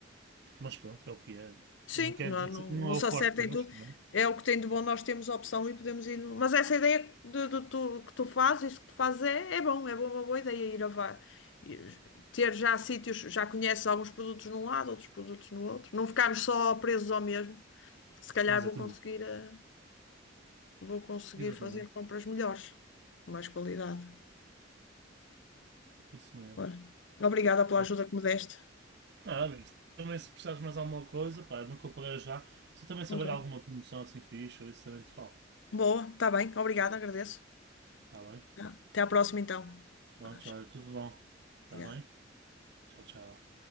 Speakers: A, on the right (about 60°); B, on the left (about 70°).
A: Mas pronto, é o que é.
B: Sim,
A: Não quer
B: não,
A: dizer
B: não,
A: que não
B: não
A: é
B: se
A: o forte
B: acerta
A: deles,
B: em tudo.
A: pronto.
B: É o que tem de bom, nós temos opção e podemos ir. no- Mas essa ideia de, de tu- que tu fazes, isso que tu fazes é, é bom, é bom, uma boa ideia ir a va- ir- ter já sítios, já conheces alguns produtos num lado, outros produtos no outro. Não ficarmos só presos ao mesmo. Se calhar
A: Exatamente,
B: vou conseguir, eh, vou conseguir
A: exatamente,
B: fazer compras melhores, de mais qualidade.
A: isso mesmo.
B: Olha, obrigada pela
A: Pronto.
B: ajuda que me deste.
A: Ah, amigo, também se precisares mais alguma coisa, pá, nunca parei já. Se também saber
B: Ok.
A: alguma promoção assim fixe, eu isso também te falo.
B: Boa, está bem, obrigada, agradeço.
A: Tá bem?
B: Tá. Até à próxima então.
A: Pronto,
B: Acho.
A: olha, tudo bom.
B: Obrigada.
A: Tá bem? Tchau, tchau.